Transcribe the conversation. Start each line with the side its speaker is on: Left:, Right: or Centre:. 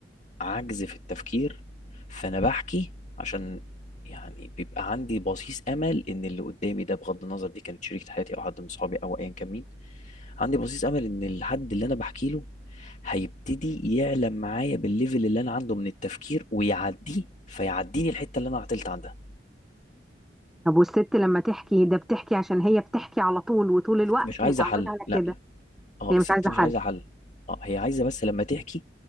Left: عجز في التفكير فانا بحكي عشان يعني بيبقى عندي بصيص امل ان اللي قدامي ده بغض النظر دي كانت شريكة حياتي او حد من صحابي او ايا كان مين عندي بصيص امل ان الحد اللي انا بحكي له هيبتدي يعلم معايا بالليفل اللي انا عنده من التفكير ويعديه فيعديني الحتة اللي انا عطلت عندها
Centre: طب والست لما تحكي ده بتحكي عشان هي بتحكي على طول وطول الوقت
Left: الست مش عايزة
Centre: متعودة
Left: حل
Centre: على
Left: لا
Centre: كده
Left: لا اه
Centre: هي
Left: الست
Centre: مش عايزه
Left: مش
Centre: حل
Left: عايزة حل اه هي عايزة بس لما تحكي